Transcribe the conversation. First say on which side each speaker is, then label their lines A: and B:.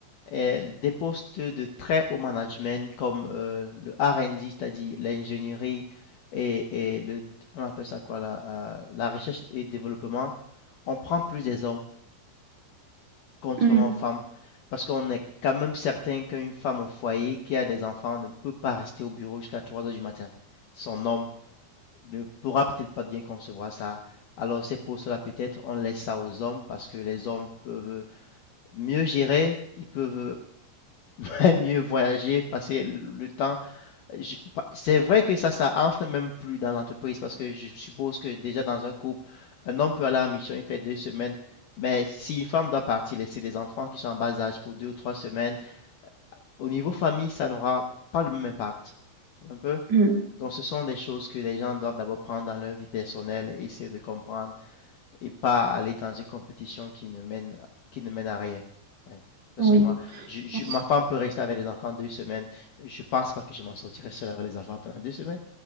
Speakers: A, on the left; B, on the right.
A: euh, des postes de très haut management comme euh, le R&D, c'est-à-dire l'ingénierie et, et le, on appelle ça quoi, la, euh, la recherche et développement. On prend plus des hommes contrairement
B: Mm.
A: aux femmes. Parce qu'on est quand même certain qu'une femme au foyer qui a des enfants ne peut pas rester au bureau jusqu'à 3 heures du matin. Son homme ne pourra peut-être pas bien concevoir ça. Alors c'est pour cela peut-être on laisse ça aux hommes parce que les hommes peuvent mieux gérer, ils peuvent <laughs> mieux voyager, passer le temps je- c'est vrai que ça, ça entre même plus dans l'entreprise parce que je suppose que déjà dans un couple, un homme peut aller en mission, il fait deux semaines, mais si une femme doit partir, laisser les enfants qui sont en bas âge pour deux ou trois semaines, au niveau famille, ça n'aura pas le même impact. Tu vois un peu?
B: Mm.
A: Donc ce sont des choses que les gens doivent d'abord prendre dans leur vie personnelle et essayer de comprendre et pas aller dans une compétition qui ne mène, qui ne mène à rien. Ouais. Parce
B: Oui,
A: que moi,
B: je
A: je- je-
B: pense.
A: ma femme peut rester avec les enfants deux semaines. Je pense pas que je m'en sortirai seul avec les enfants pendant deux semaines.